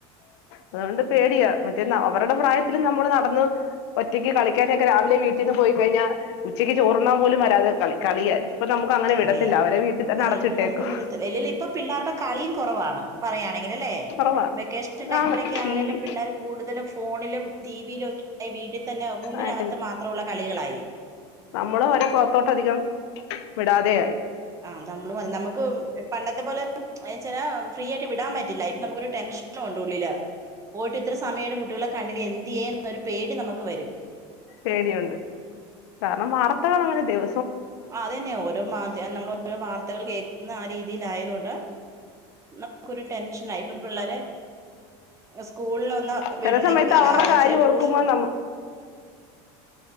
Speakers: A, on the left; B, on the right.
A: അതുകൊണ്ട് പേടിയ മറ്റേന്നാ അവരുടെ പ്രായത്തില് നമ്മള് നടന്ന് ഒറ്റയ്ക്ക് കളിക്കാനൊക്കെ രാവിലെ വീട്ടീന്ന് പോയി കഴിഞ്ഞാൽ ഉച്ചയ്ക്ക് ചോറുണാൻ പോലും വരാതെ കളി കളിയാ പ്പൊ നമുക്കങ്ങനെ
B: കളിയാ
A: വിടത്തില്ല അവരെ വീട്ടിൽ തന്നെ
B: ആ
A: അടച്ചിട്ടേക്കും
B: ഇപ്പൊ നമ്മൾ വിടത്തില്ല ഇല്ലല്ല ഇപ്പൊ പിള്ളേർടെ കളീം കൊറവാണ് പറയാണെങ്കിലല്ലേ
A: കൊറവാ
B: വെക്കേഷൻ ടൈമിലൊക്കെ
A: ആണ് ടി
B: ആണേലും
A: വി
B: പിള്ളേര് കൂടുതലും ഫോണിലും ടിവിയിലു ഒ വീട്ടി തന്നെ റൂമിനകത്ത്
A: ആയിട്ടും
B: മാത്രോള്ള കളികളായി
A: നമ്മള് ഒരെ പൊറത്തോട്ടധികം വിടാതെയായി
B: ആഹ് നമ്മള് പറയും നമ്ക്ക് പണ്ടത്തെ പോലെ എന്നാച്ചാല് ഫ്രീ ആയിട്ട് വിടാൻ പറ്റില്ല ഇപ്പൊ നമുക്കൊരു ടെൻഷനും ഉണ്ട് ഉള്ളില് പോയിട്ട് ഇത്ര സമയിട്ടും കുട്ടികളെ കണ്ടില്ലേ എന്ത്യേന്നൊരു പേടി നമുക്ക് വരും
A: പേടിയുണ്ട് കാരണം വാർത്തകളങ്ങനെ ദിവ
B: ആഹ് അതന്നെ ഓരോ മാധ്യ നമ്മള് ഓരോ വാർത്തകൾ കേൾക്കുന്ന ആഹ് രീതിയിലായെണ്ട് നമുക്കൊരു ടെൻഷനാ ഇപ്പ പിള്ളേരെ സ്കൂളിലൊന്ന്
A: ചെല
B: വിട്ണെ
A: സമയത്ത്
B: അല്ല
A: അവരുടെ കാര്യം
B: ചെല ട്യൂഷ്
A: ഓർക്കുമ്പോ നമ്മ